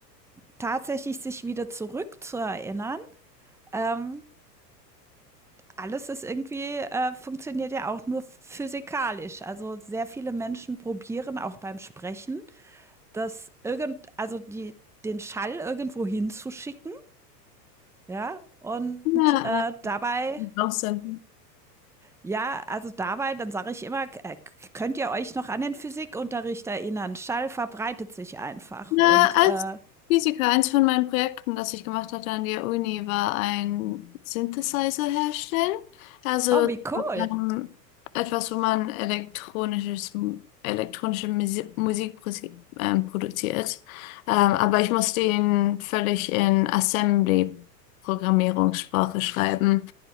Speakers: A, in the centre; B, on the left.
A: tatsächlich sich wieder zurück zu erinnern. Ähm, alles ist irgendwie, äh, funktioniert ja auch nur physikalisch. Also sehr viele Menschen probieren auch beim Sprechen das irgend, also die, den Schall irgendwo hinzuschicken, ja, und
B: Ja,
A: äh,
B: äh,
A: dabei,
B: draußen.
A: ja, also dabei, dann sage ich immer, äh, könnt ihr euch noch an den Physikunterricht erinnern? Schall verbreitet sich einfach
B: Na,
A: und
B: als
A: äh,
B: Physiker, eins von meinen Projekten, das ich gemacht hatte an der Uni, war ein Synthesizer herstellen. Also
A: oh, wie cool.
B: ähm, etwas, wo man elektronisches, elektronische Musi- Musik prosi- ähm, produziert. Ähm, aber ich musste ihn völlig in Assembly-Programmierungssprache schreiben.